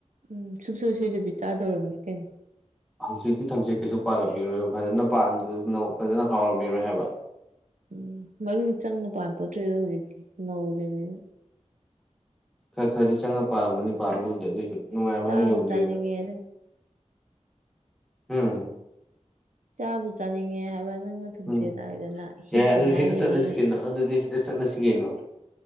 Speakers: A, on the right (about 80°); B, in the centre.
A: ꯎꯝ ꯁꯨꯛꯁꯣꯏ ꯁꯣꯏꯗꯕꯤ ꯆꯥꯗꯧꯔꯝꯅꯤ ꯀꯩꯅꯣ꯫
B: ꯍꯧꯖꯤꯛꯇꯤ ꯊꯝꯆꯦꯠ ꯀꯩꯁꯨ ꯄꯥꯜꯂꯝꯃꯤꯔꯣꯏ ꯐꯖꯅ ꯄꯥꯟꯖꯁꯅꯣ ꯐꯖꯅ ꯍꯥꯎꯔꯝꯃꯤꯔꯣꯏ ꯍꯥꯏꯕ꯫
A: ꯎꯝ ꯃꯔꯨ ꯆꯪꯅ ꯄꯥꯟꯄꯣꯠꯇ꯭ꯔꯤꯗ ꯍꯧꯖꯤꯛꯇꯤ ꯅꯧꯔꯤꯝꯅꯤ꯫
B: ꯈꯔ ꯈꯔꯗꯤ ꯆꯪꯉꯒ ꯄꯥꯟꯔꯝꯃꯅꯤ ꯄꯥꯕꯨꯗꯤ ꯑꯗꯣꯏꯖꯨ ꯅꯨꯡꯉꯥꯏꯕ
A: ꯆꯥꯕꯨ
B: ꯍꯥꯏ ꯌꯧꯗꯦꯗ
A: ꯆꯥꯅꯤꯡꯉꯦꯗ
B: ꯍꯨꯡ꯫
A: ꯆꯥꯕꯨ ꯆꯥꯅꯤꯡꯉꯦ ꯍꯥꯏꯕ ꯅꯪꯅ꯫ ꯊꯝꯆꯦꯠ
B: ꯎꯝ
A: ꯍꯥꯏꯗꯅ ꯍꯦꯛꯇ
B: ꯌꯥꯏ ꯑꯗꯨꯗꯤ
A: ꯉꯥꯏꯔꯤꯉꯩ
B: ꯆꯠꯂꯁꯤ
A: ꯒꯤ
B: ꯀꯩꯅꯣ ꯑꯗꯨꯗꯤ ꯍꯦꯛꯇ ꯆꯠꯂꯁꯤ ꯀꯩꯅꯣ
A: ꯎꯝ꯫